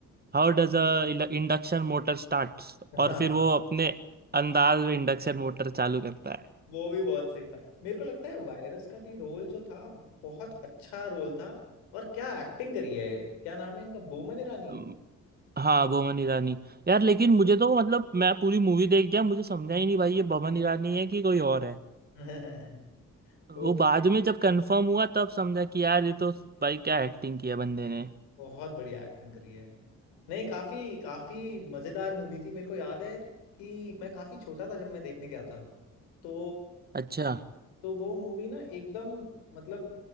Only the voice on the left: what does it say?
हाँ
वो भी बहुत सही था मेरे को लगता है वायरस का भी रोल जो था बहुत अच्छा रोल था और क्या एक्टिंग करी है क्या नाम है इनका बोमन ईरानी
<laughs>
वो
बहुत बढ़िया एक्टिंग करी है नहीं काफी काफी मजेदार मूवी थी मेरे को याद है कि मैं काफी छोटा था जब मैं देखने गया था तो
तो वो मूवी ना एकदम मतलब